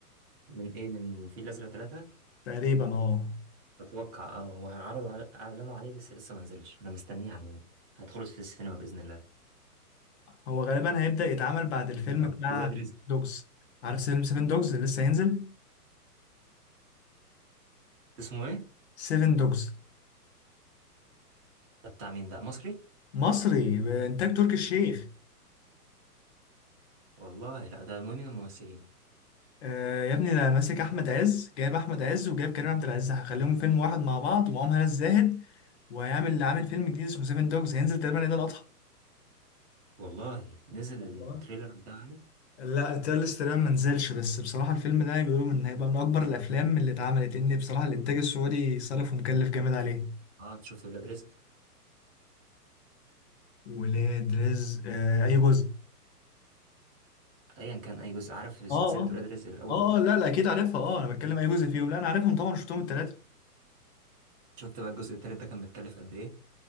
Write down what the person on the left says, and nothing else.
تقريبا اه
هو غالبا هيبدأ يتعمل بعد الفيلم
بتاع
دوجز عارف فيلم سيفن دوجز اللي لسه هينزل
سيفن دوجز
مصري بإنتاج تركي الشيخ
آه يا ابني ده ماسك أحمد عز جايب أحمد عز وجايب كريم عبد العزيز هخليهم فيلم واحد مع بعض ومعاهم هنا الزاهد وهيعمل عامل فيلم جديد اسمه سيفن دوجز هينزل تقريبا عيد الأضحى
الله
لا التريلر تقريبا ما نزلش بس بصراحة الفيلم ده بيقولوا إن هيبقى من أكبر الأفلام اللي اتعملت إن بصراحة الإنتاج السعودي صرف ومكلف جامد عليه
ولاد رزق آه أي جزء
اه
اه
اه آه، لا لا أكيد عارفها اه أنا بتكلم أي جزء فيهم لا أنا عارفهم طبعا شفتهم التلاتة